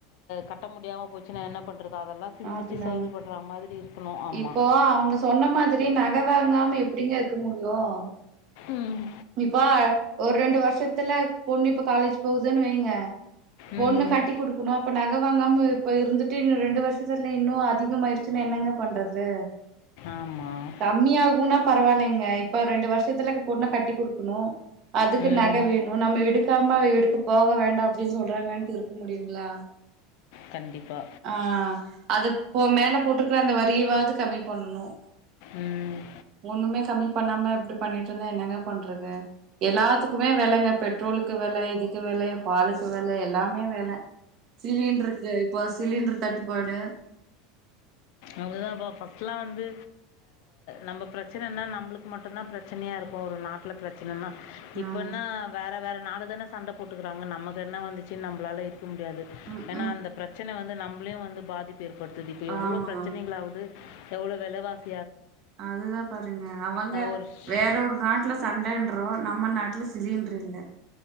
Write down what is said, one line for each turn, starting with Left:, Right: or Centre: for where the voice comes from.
Left: கட்ட முடியாம போயிச்சினா என்ன பண் றது அதெல்லா சிந்திச்சு
Right: அதுதாங்க.
Left: செயல்படுற மாதிரி இருக்கணு ஆமா
Right: இப்போ அவங்க சொன்ன மாதிரி நக வாங்காம எப்படிங்க இருக்க முடியும்
Left: ம்
Right: இப்பா ஒரு ரெண்டு வருஷ த்துல பொண்ணு இப்ப காலேஜ் போகுதுன்னு வைங்க
Left: ம்
Right: ஒண்ணு கட்டி குடுக்கணும் அப்ப நக வாங்காம இப்ப இருந்துட்டு ரெண்டு வருஷம் த இன்னு அதிக ஆயிடுச்சுன்னு என்னங்க பண்றது
Left: ஆமாம்
Right: கம்மியாகும்னா பரவாயில்லைங்க இப்ப ரெண்டு வருஷ சத்துல பொண்ணகட்டி கு டுக்ணு அதுக்கு
Left: ம்
Right: நகை வேணும் நம்ம எடுக்காம எடுக்க போக வேண்டாம் அப்டின்னு சொல்றாங்கன்ட்டு இருக்க முடியுங்களா
Left: கண்டிப்பா
Right: ஆ அது மேல போட்டுக்கிற அந்த வரியவாவது கம்மி பண்ணணும்
Left: ம்
Right: ஒண்ணுமே கம்மி இப்பண்ணாம இப்படி பண்ணிட்டு இருந்தா என்னங்க பண்றது எல்லாத்துக்குமே வெலங்க பெட்ரோலுக்கு வெல இதுக்கு வெல பாலுக்கு வெல எல்லாமே வெல சிலிண்டருக்கு இப்போ சிலிண்டர் தட்டு வடு
Left: அப்படித்தான்பா ஃபஸ்ட்லாம் வந்து நம்ம பிரச்சனைனா நம்மளுக்கு மட்டும்தான் பிரச்சனையாக இருக்கும் ஒரு நாட்டில் பிரச்சனைன்னா இப்பன்னா
Right: ஆமா
Left: வேற வேற நாடு தானே சண்டை போட்டுக்கிறாங்க நமக்கு என்ன வந்துச்சு நம்ளால இருக்கு முடியாது
Right: ம்
Left: ஏன்னா
Right: ம்
Left: அந்த பிரச்சனை வந்து நம்மளையும் வந்து பாதிப்பு ஏற்படுத்தது இப்ப எவ்வளோ
Right: ஆமா
Left: பிர பிரச்சனைங்களாவது எவ்ளோ வெலவாசி
Right: அதுதான் பாருங்க அவங்க
Left: ஒரு
Right: வேற ஒரு நாட்டுல சண்டைன்றோ நம்ம நாட்டுல சிலிண்டர் இல் அ